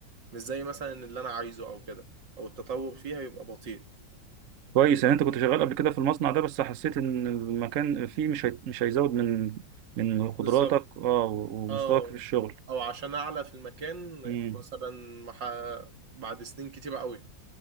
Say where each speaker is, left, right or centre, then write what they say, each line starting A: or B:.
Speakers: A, on the right (about 80°); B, on the right (about 60°).
A: مش زي مثلا اللي انا عايزه او كده او التطور فيها يبقى بطيء
B: كويس يعني انت كنت شغال قبل كده في المصنع ده بس حسيت ان المكان فيه مش هي... مش هيزود من من قدراتك
A: بالظبط
B: اه و- ومستواك
A: اه
B: في الشغل
A: او عشان اعلى في المكان
B: امم
A: مثلا مح... بعد سنين كتيرة قوي